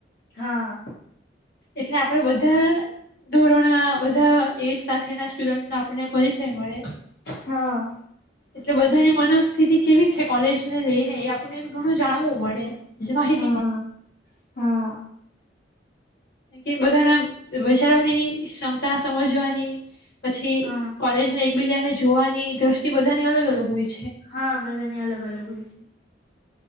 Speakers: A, on the left (about 70°); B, on the left (about 55°).
A: હા
B: એટલે આપડે બધા ધોરણ બધા એક સાથે ના સ્ટુડન્ટ આપને પરિસય મળે
A: હા
B: એટલે બધાની મનોસ્થિતિ કેવી છે કોલેજ ને લઈને એ આપણને ઘણું જાણવું મળે એમ જે માહિત
A: હા હા
B: કે બધાને વિચારવાની ક્ષમતા સમજવાની પછી
A: હા
B: કોલેજને એકબીજાને જોવાની દ્રષ્ટિ બધાની અલગ અલગ હોય છે
A: હા બધાની અલગ અલગ હોય છે